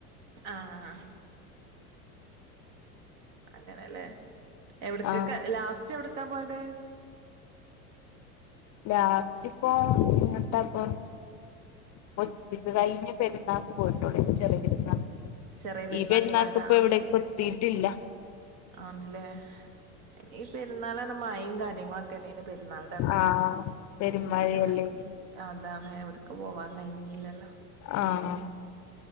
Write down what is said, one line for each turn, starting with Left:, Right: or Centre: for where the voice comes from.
Right: ആഹ് അങ്ങനെലേ എവിടക്കൊക്കെ
Left: ആഹ്
Right: ലാസ്റ്റ് എവ്ടുക്കാപോയത്?
Left: ലാസ്റ്റ്ഇപ്പോ ഇങ്ങട്ടപ്പോ. പോയ് കയ്ഞ്ഞ പെരുന്നാക്ക് പോയിട്ടൊള്ളു ചെറിയെരുന്നാൾക്ക്.
Right: ചെറിയ പെരുന്നാക്ക്
Left: ഈപെരുന്നാൾക്ക്പ്പൊ
Right: പോയതാ
Left: എവിടെക്കും എത്തിട്ടില്ല.
Right: ആണ്ലേ ഇന്ന് പെരുന്നാളറഞ്ഞാ മയിം കാര്യങ്ങളൊക്കെഅല്ലയ്നോ പെരുന്നാളിന്റെ അന്ന്
Left: ആഹ് പെരുമഴയല്ലേനി
Right: എവിടെക്ക് അതാണ് എവിടെക്കും പോവാൻ കയ്ഞ്ഞീല്ലല്ലോ?
Left: ആഹ് ആഹ്